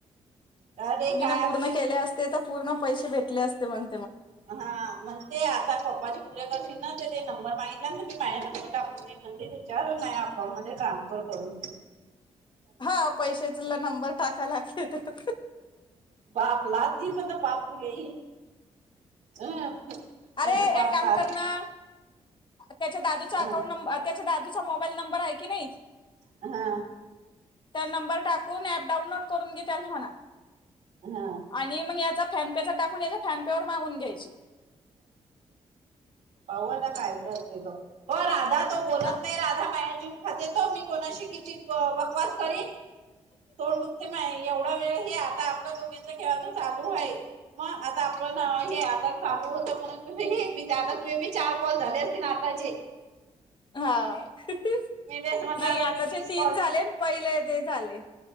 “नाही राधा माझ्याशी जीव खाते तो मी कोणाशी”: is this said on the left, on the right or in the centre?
Right